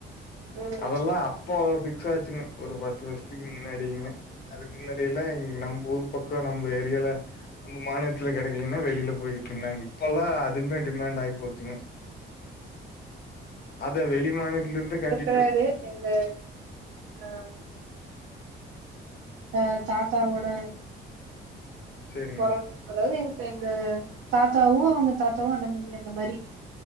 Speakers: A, on the right (about 85°); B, on the left (about 55°).
A: ம் ம்
B: அதெல்லா அப்போ பிக்சாச்சுங்க ஒரு பத்து வஷத்துக்கு முன்னாடிங்க அதுக்கு மின்னாடியலேங் நம்போஊர் பக்கொ நம்ப ஏரியால நம்ப மாநிலத்துல கெடைக்கலைன்னா வெளில போயிட்டுருந்தாங்க இப்போல்லா அதுக்மே டிமாண்ட் ஆயிபோச்சுங்க அத வெளி மாநிலத்துலிருந்து கட்டிட்
A: சாரு எங்க ஆ த தாத்தாவோட
B: சரிங்க,
A: பொறந் அதாவது எங்க தங்க தாத்தாவு தாத்தாவு அண்ண தம்பி அந்த மாரி